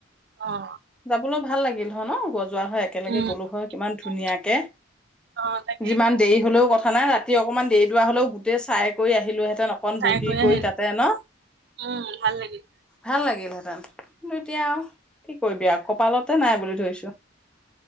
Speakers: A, on the right (about 55°); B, in the centre.
A: অ',
B: যাবলৈ ভাল লাগিল হয় ন গছ যোৱা হয় একেলগে
A: উম,
B: গ'লো হয় কিমান ধুনীয়াকে।
A: উম, অ', তাকে
B: যিমান দেৰি হলেও কথা নাই ৰাতি অকমান দেৰি দোৱা হ'লেও গোটেই চাই কৰি আহিলো হেতে ন, অকণমান
A: চাই
B: বহি কৰি
A: আহিলো
B: তাতে ন?
A: উম, ভাল লাগিল
B: ভাল লাগিল হেঁতেন। কিন্তু এতিয়া কি কৰিবি আৰু, কপালতে নাই বুলি ধৰিছো।